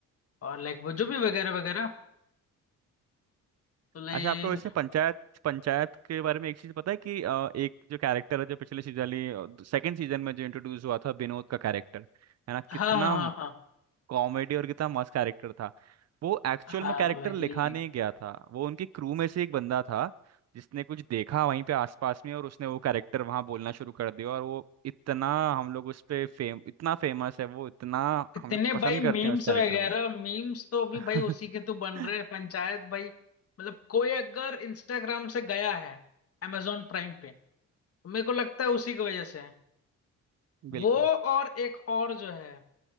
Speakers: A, on the left (about 50°); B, on the right (about 60°).
A: और लाइक वो जो भी वगैरह वगैरह तो लाइक
B: अच्छा आपको वैसे पंचायत पंचायत के बारे में एक चीज पता है कि अ, एक जो कैरेक्टर है जो पिछले सीजन सेकंड सीजन में जो इंट्रोड्यूस हुआ था विनोद का कैरेक्टर है ना
A: हाँ
B: कितना
A: हाँ हाँ हाँ
B: कॉमेडी और कितना मस्त कैरेक्टर था वो एक्चुअल
A: हाँ
B: में कैरेक्टर
A: भाई
B: लिखा नहीं गया था वो उनकी क्रू में से एक बंदा था जिसने कुछ देखा वहीं पे आसपास में और उसने वो कैरेक्टर वहां बोलना शुरू कर दिया और वो इतना हम लोग उस पे फेम इतना फेमस है वो इतना
A: कितने
B: हम लोग पसंद
A: भाई
B: करते
A: मीम्स
B: हैं उस कैरेक्टर
A: वगैरह
B: को
A: मीम्स तो अभी
B: <laughs>
A: भाई उसी के तो बन रहे हैं पंचायत भाई मतलब कोई अगर इंस्टाग्राम से गया है amazon प्राइम पे तो मेरे को लगता है उसी की वजह से है।
B: बिल्कुल
A: वो और एक और जो है